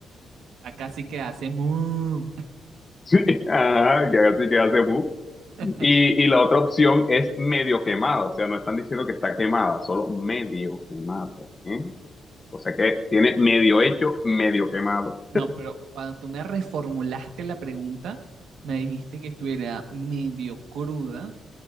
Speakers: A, on the right; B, on the left.
A: Acá sí que hace mu.
B: Sí, ajá, que haga así que hace bu.
A: <laughs>
B: Y, y la otra opción es medio quemada, o sea, no están diciendo que está quemada, solo medio quemada, ¿eh? O sea que tiene medio hecho, medio quemado.
A: No, pero cuando tú me reformulaste la pregunta, me dijiste que estuviera medio cruda